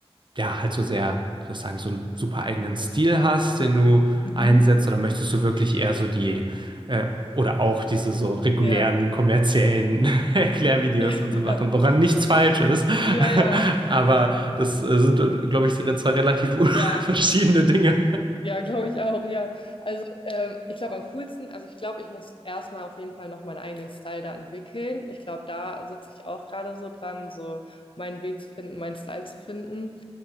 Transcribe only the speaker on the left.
Mhm.
Ja.
<laughs>
Ja,
ja, ja.
ja.
Ja, glaube ich auch, ja. Also ähm, ich glaube am coolsten, also ich glaube, ich muss erstmal auf jeden Fall noch meinen eigenen Style da entwickeln. Ich glaube, da sitze ich auch gerade so dran, so meinen Weg zu finden, meinen Style zu finden.